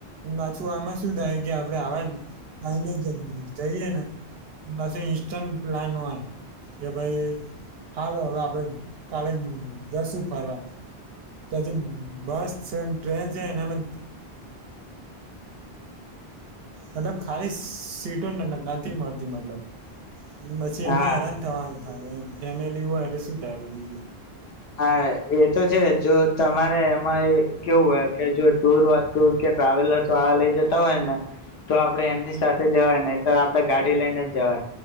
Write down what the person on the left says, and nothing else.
હા
હા, એ તો છેજ, જો તમારે. એ એ કેવું હોય, કે જો. ટુર ટુર કે ટ્રાવેલર્સ વાળા લઈ, જતા હોય, ને તો આપડે એમની સાથે જવાય ને, તો આપડણે ગાડી લઈને જ જવાય.